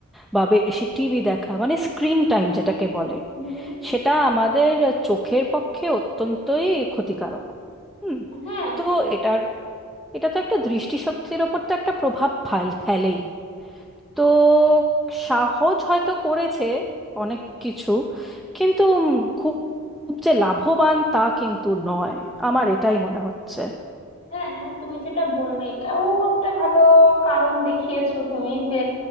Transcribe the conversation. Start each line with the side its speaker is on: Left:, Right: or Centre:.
Centre: বা বেশি টিভি দেখা মানে স্ক্রিন টাইম যেটাকে বলে
Left: হুম,
Centre: সেটা আমাদের চোখের পক্ষে অত্যন্তই ক্ষতিকারক হুম,
Left: হ্যাঁ
Centre: তো এটার এটা তো একটা দৃষ্টিশক্তির ওপর তো একটা প্রভাব ফাল ফেলেই তো সহজ হয়তো করেছে অনেক কিছু কিন্তু উম খুব খুব যে লাভবান তা কিন্তু নয় আমার এটাই মনে হচ্ছে
Left: হ্যাঁ তুমি যেটা বললে এটাও একটা ভালো কারণ দেখিয়েছো তুমি যে